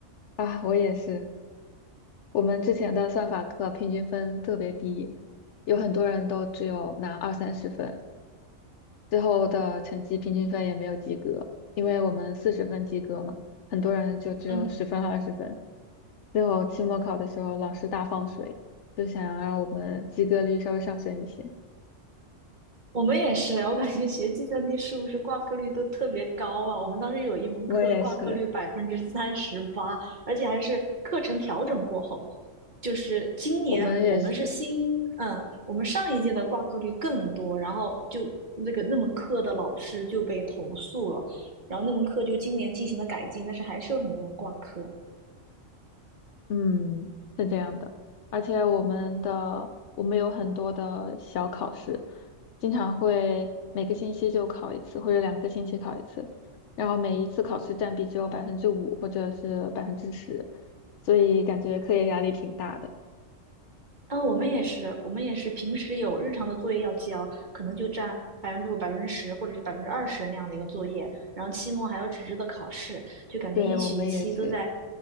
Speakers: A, on the left; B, on the right.
A: 啊，我也是，我们之前的算法课平均分特别低，有很多人都只有拿二三十分。最后的成绩平均分也没有及格，因为我们四十分及格嘛，很多人就只有十分和二十分。
B: 嗯。
A: 最后期末考的时候，老师大放水，就想让我们及格率稍微上升一些。
B: 我们也是啊，我感觉学计算机是不是挂科率都特别高啊？我们当时有一门课挂科率百分之三十八，
A: 我也是，
B: 而且还是课程调整过后，就是今年我们是新，
A: 我们也是。
B: 嗯，我们上一届的挂科率更多，然后就那个那门课的老师就被投诉了，然后那门课就今年进行了改进，但是还是有很多人挂科。
A: 嗯，是这样的，而且我们的我们有很多的小考试，经常会每个星期就考一次，或者两个星期考一次，然后每一次考试占比只有百分之五或者是百分之十，所以感觉课业压力挺大的。
B: 啊、我们也是，我们也是平时有日常的作业要交，可能就占百分之五、百分之十或者是百分之二十那样的一个作业，然后期末还有纸质的考试，就感觉一学期都在。
A: 对，我们也是，